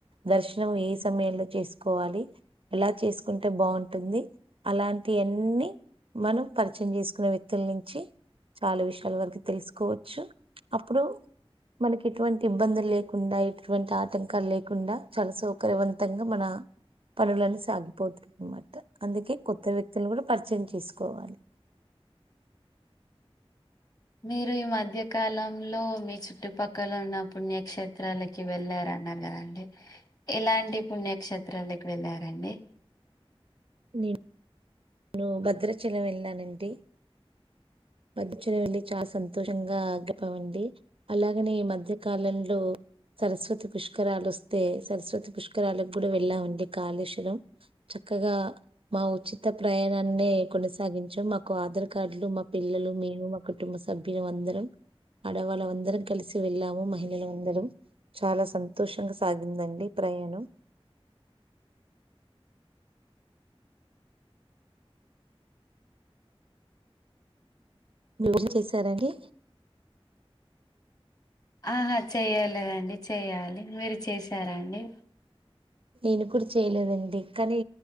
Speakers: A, on the right; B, on the left.
A: దర్శనం ఏ సమయంలో చేసుకోవాలి ఎలా చేసుకుంటే బాగుంటుంది అలాంటి అన్ని మనం పరిచయం చేసుకున్న వ్యక్తుల నుంచి చాలా విషయాల వరకు తెలుసుకోవచ్చు అప్పుడు మనకి ఎటువంటి ఇబ్బందులు లేకుండా ఎటువంటి ఆటంకాలు లేకుండా చాలా సౌకర్యవంతంగా మన పనులన్నీ సాగిపోతాయిన్నమాట అందుకే కొత్త వ్యక్తులను కూడ పరిచయం చేసుకోవాలి
B: మీరు ఈ మధ్య కాలంలో మీ చుట్టుపక్కల ఉన్న పుణ్యక్షేత్రాలకి వెళ్ళ న్నారు కదండి ఎలాంటి పుణ్యక్షేత్రాలకు వెళ్ళారండి
A: నేను నువు భద్రాచలం వెళ్నానండి మధ్యన వెళ్లి చాలా సంతోషంగా అగ్గిపోవండి అలాగనే ఈ మధ్య కాలంలో సరస్వతి పుష్కరాలు వస్తే సరస్వతి పుష్కరాలకు కూడా వెళ్ళామండి కాళేశ్వరం చక్కగా మా ఉచిత ప్రయాణాన్ని కొనసాగించాం మాకు ఆధార్ కార్డులు మా పిల్లలు మేము మా కుటుంబ సభ్యులు అందరు ఆడవాళ్ళ అందరం కలిసి వెళ్ళాము మహిళలు అందరు చాలా సంతోషంగా సాగిందండి ప్రయాణం మీజ చేసారండి
B: ఆహా చెయ్యలదండి చెయ్యాలి మీరు చేసారా అండి
A: నేనుకుడు చేయలేదండి కానీ